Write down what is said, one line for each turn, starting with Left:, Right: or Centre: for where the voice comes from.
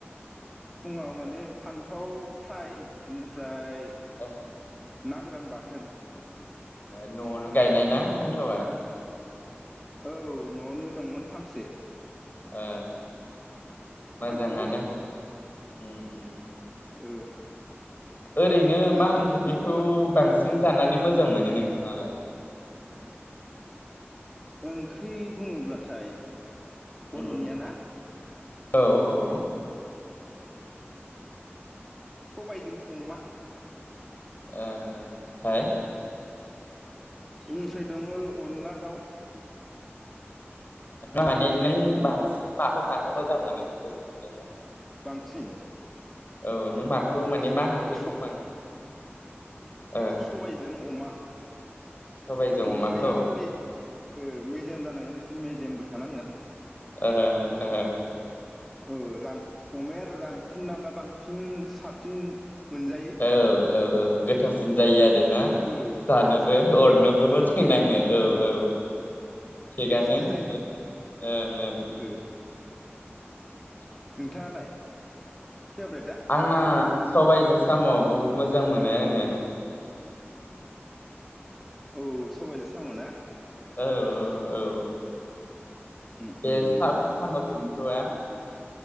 Centre: फुङाव माने फान्थाव फ्राय बेनिफ्राय
Left: ओ
Centre: नां गोरान बाथोन
Left: न'आवनो गायनाय ना फानथावा
Centre: औ न'आवनो दंमोन फांसे
Left: ओ मोजाङानो
Centre: फान्थाव गोलाव
Left: उम उम
Centre: ओ
Left: ओरैनो
Centre: नोंथां
Left: मा ओंख्रिखौ
Centre: नोंथांला
Left: बांसिन जानानै मोजां मोनो नोंथाङालाय?
Centre: ओंख्रि बुङोब्लाथाय बर'निया
Left: उम
Centre: ना
Left: औ ओ
Centre: सबायजों अमा
Left: ओ हाय
Centre: बेनिफ्राय दङ अनला दाउ
Left: माने नों बांसिन माखौ जानो मोजां मोनो बेखौसो सोदोंमोन आं
Centre: बांसिन
Left: औ नों माखौ
Centre: बांसिनै
Left: माने मा ओंख्रिखौ
Centre: स
Left: बां ओ
Centre: सबायजों अमा
Left: सबायजों
Centre: अमाया
Left: अमाखौ
Centre: मेजे ओ मेजेम जानांगोन एस मेजेमबो थानांगोन
Left: ओ ओ
Centre: औ रान अमाया आरो रानफुलाबा बांसिन साबसिन मोनजायो
Left: औ औ औ गोथावसिन जायो आरोना
Centre: ओ
Left: जानोबो
Centre: सादासो
Left: अरनोबो मोजां नाङो
Centre: ओ
Left: औ औ थिगानो
Centre: टेस्टि जायो
Left: नोंथां ओं ओं
Centre: ओ नोंथाङालाय फेभरेटआ
Left: आंना सबायजों साम' बहुद मोजां मोनो आङो
Centre: औ सबायजों साम'ना
Left: औ औ औ
Centre: उम
Left: दे
Centre: उम
Left: <unintelligible>
Centre: उम
Left: आ